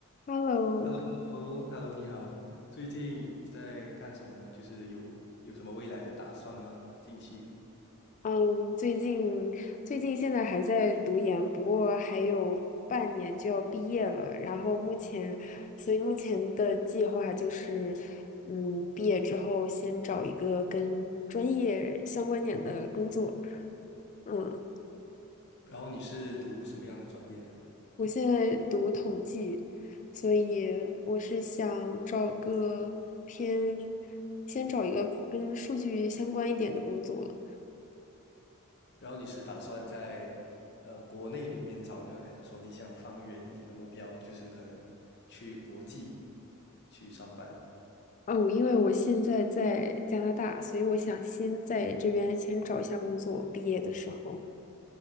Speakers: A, on the left; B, on the left.
A: Hello，
B: Hello，Hello，你好。最近有在干什么呢？就是有有什么未来的打算吗？近期。
A: 嗯，最近最近现在还在读研，不过还有半年就要毕业了。然后目前，所以目前的计划就是，嗯，毕业之后先找一个跟专业相关点的工作。嗯，
B: 然后你是读什么样的专业的？
A: 我现在读统计，所以我是想找个偏，先找一个跟数据相关一点的工作。
B: 然后你是打算在呃国内里面找呢，还是说你想放远一点的目标，就是可能去国际去上班？
A: 哦，因为我现在在加拿大，所以我想先在这边先找一下工作，毕业的时候。